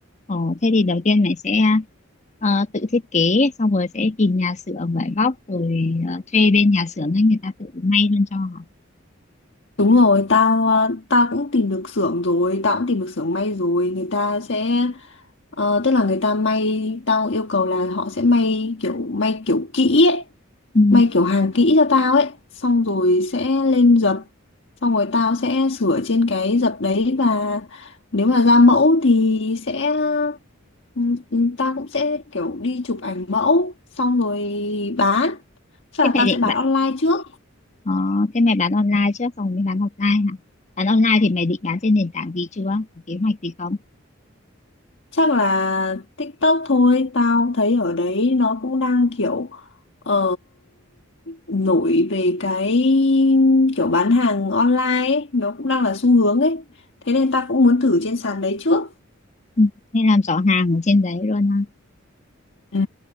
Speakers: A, on the left (about 35°); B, on the left (about 60°).
A: Ồ, thế thì đầu tiên mày sẽ ờ, tự thiết kế xong rồi sẽ tìm nhà xưởng vải vóc rồi ờ, thuê bên nhà xưởng ấy người ta tự may luôn cho hả?
B: Đúng rồi, tao ờ, tao cũng tìm được xưởng rồi, tao cũng tìm được xưởng may rồi, người ta sẽ ờ, tức là người ta may, tao yêu cầu là họ sẽ may kiểu may kiểu kỹ ấy,
A: Ừ.
B: may kiểu hàng kỹ cho tao ấy, xong rồi sẽ lên dập, xong rồi tao sẽ sửa trên cái dập đấy và nếu mà ra mẫu thì sẽ ừ, tao cũng sẽ kiểu đi chụp ảnh mẫu xong rồi bán, chắc
A: Thế
B: là
A: mày
B: tao
A: định
B: sẽ bán
A: bạn
B: online trước.
A: ờ, thế mày bán online trước xong mới bán offline hả? Bán online thì mày định bán trên nền tảng gì chưa? Có kế hoạch gì không?
B: Chắc là TikTok thôi, tao thấy ở đấy nó cũng đang kiểu ờ, nổi về cái kiểu bán hàng online ấy, nó cũng đang là xu hướng ấy. Thế nên tao cũng muốn thử trên sàn đấy trước.
A: Ừ. Nên làm rõ hàng ở trên đấy luôn ha.
B: Ừ,